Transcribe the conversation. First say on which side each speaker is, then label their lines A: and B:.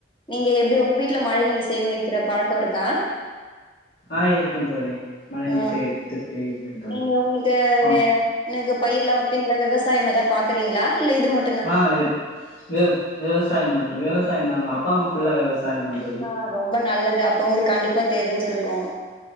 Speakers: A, on the left; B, on the left.
A: நீங்க எப்டி உங்க வீட்ல மழை நீர் சேமிக்ற பழக்கோ இருக்கா
B: ஆ இருக்கு தோழி மழைநீர்
A: ஆ
B: சேகரிப்பு தொட்டி இருக்கும் தோழி
A: நீங்க உங்ளுக்கூ
B: ஆம்
A: அ னக்கு பயிர்லா வப்பிங்ளா விவசாயம் எதா பாக்குறீங்ளா இல்ல இது மட்
B: ஆ வெ விவ் விவசாயோ மட்டு விவசாயந்தாங்க அப்பாம்மா ஃபுல்லா விவசாயந்தாங்க
A: ஆ ரொம்ப நல்லது அப்பொ ஒங்ளுக் கண்டிப்பா தெரிஞ்சிருக்கூ